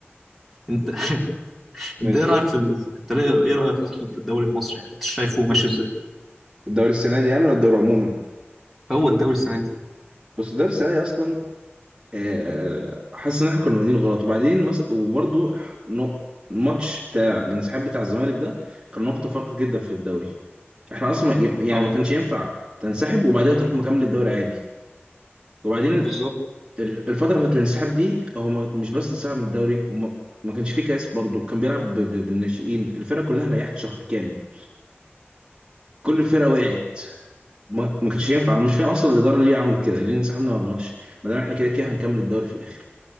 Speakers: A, in the centre; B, on the right.
A: انت <laughs>
B: ماشي
A: انت ايه رايك في ال... انت ليه- ايه رايك اصلا في الدوري المصري يعني انت شايفه ماشي ازاي
B: الدوري السنه دي يعني ولا الدوري عموما
A: هو الدوري السنه دي
B: بس الدوري السنه دي اصلا آه، حاسس ان احنا كنا بادئين غلط وبعدين مس... وبرضه نق- الماتش بتاع الانسحاب بتاع الزمالك ده كان نقطه فارقه جدا في الدوري احنا اصلا ما- يعني
A: اه
B: ما كانش ينفع تنسحب وبعدها تروح مكمل الدوري عادي وبعدين
A: بالظبط
B: الفترة بتاعت الانسحاب دي هو ما- مش بس انسحب من الدوري وما ما كانش فيه كاس برضه كان بيلعب ب- ب- بالناشئين الفرقة كلها ريحت شهر كامل كل الفرقة وقعت ما, ما كانش ينفع انا مش فاهم اصلا الإدارة ليه عملت كده ليه انسحبنا من الماتش ما دام احنا كده كده هنكمل الدوري في الآخر